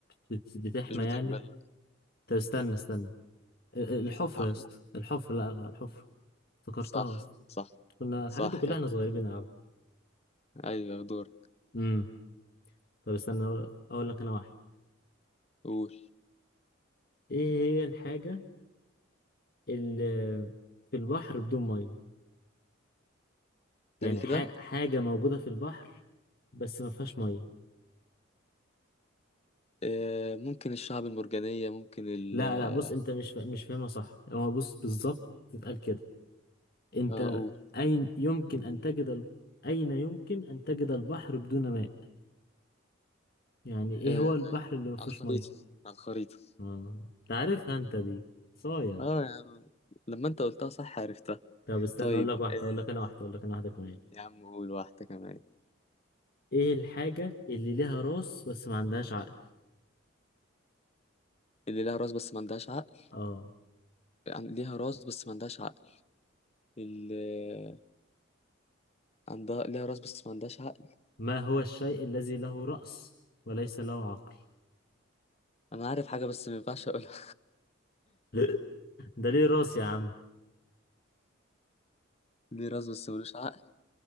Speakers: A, on the left; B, on the left.
A: بت... بتحمى
B: مش بتكبر
A: يعني
B: لا
A: طب استنى استنى ال- ال- الحفرة
B: هقول
A: يا اسطى الحفرة لا الحفرة افتكرتها
B: صح
A: اصلا
B: صح
A: كنا الحاجات
B: صح
A: دي كلها
B: يلا
A: احنا صغيرين بنلعبها
B: ايوه دور
A: امم طب استنى اقول لك انا واحد
B: قول
A: ايه هي الحاجة اللي في البحر بدون مية يعني
B: تاني كده
A: ح- حاجة موجودة في البحر بس ما فيهاش مية
B: آه ممكن الشعب المرجانيه ممكن ال
A: لا
B: آه،
A: لا بص انت مش فا... مش فاهمها صح هو بص بالظبط تتقال كده انت
B: آه، قول
A: اين يمكن ان تجد ال... اين يمكن ان تجد البحر بدون ماء يعني ايه
B: آه
A: هو البحر اللي ما فيهوش
B: على الخريطة
A: مية
B: على الخريطة
A: آه، تعرفها انت دي صايع
B: اه يا عم لما انت قلتها صح عرفتها
A: طب استنى
B: طيب
A: اقول لك واحدة
B: آه
A: اقول لك انا واحدة اقول لك انا واحدة كمان
B: يا عم قول واحدة كمان
A: ايه الحاجة اللي لها راس بس ما عندهاش عقل
B: اللي لها راس بس ما عندهاش عقل
A: اه
B: عن- ليها راس بس ما عندهاش عقل اللي عندها ليها راس بس ما عندهاش عقل
A: ما هو الشيء الذي له رأس وليس له عقل
B: انا عارف حاجة بس ما ينفعش اقولها
A: <laughs> ده ليه راس يا عم
B: <laughs> ليه راس بس ملوش عقل